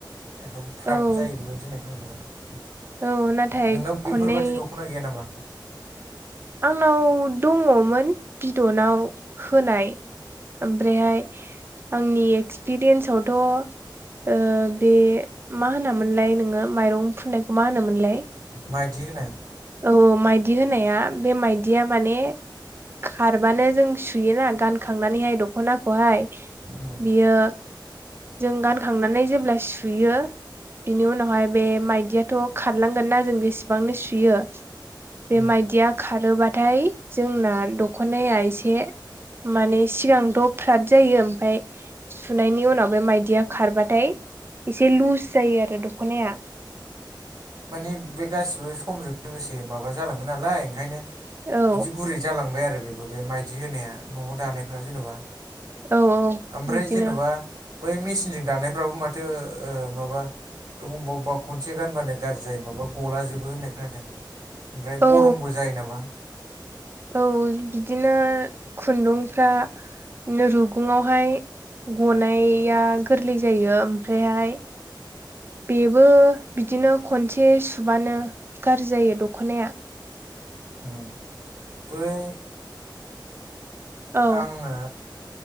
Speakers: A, on the right; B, on the right.
A: एकदम फ्राद
B: औ
A: जायो बेबायदि होननाय खोनादों आरो।
B: औ नाथाय
A: नोंनाव बेफोरबादि
B: खननै
A: दख'ना गैया नामा?
B: आंनाव दङमोन बिदनाव होनाय ओमफ्रायहाय आंनि एक्सपिरियेन्सआवथ' ओ बे मा होनामोनलाय नोङो माइरं फुननायखौ मा होनामोनलाय?
A: माइदि होनाय।
B: औ औ माइदि होनाया बे माइदिया माने खारबानो जों सुयोना गानखांनानैहाय दख'नाखौहाय
A: उम
B: बियो जों गानखांनानै जेब्ला सुयो बिनि उनावहाय बे माइदियाथ' खारलांगोन ना जों बेसेबांनो सुयो। बे
A: उम
B: माइदिया खारोबाथाय जोंना दख'नाया एसे माने सिगांथ' फ्रात जायो ओमफ्राय सुनायनि उनाव बे माइदिया खारबाथाय एसे लुज जायो आरो दखनाया
A: माने बे गासिबो समजों लोगोसे माबा जालाङो नालाय ओंखायनो
B: औ
A: बिदि गुरै जालांबाय आरो बेबो बे माइदि होनाया न'आव दानायफ्रा जेन'बा।
B: औ
A: आमफ्राय
B: बिदिनो
A: जेन'बा बै मेसिनजों दानायफ्राबो माथो ओ माबा अबेबा अबेबा खनसे गानबानो गारजि जायो माबा गलाजोबो होननाय खोनादों ओमफ्राय
B: औ
A: गरमबो जायो नामा?
B: औ बिदिनो खुन्दुंफ्रा रुगुङावहाय गनाया गोरलै जायो। ओमफ्रायहाय बेबो बिदिनो खनसे सुबानो गाज्रि जायो दख'नाया।
A: एह बै
B: औ
A: आङो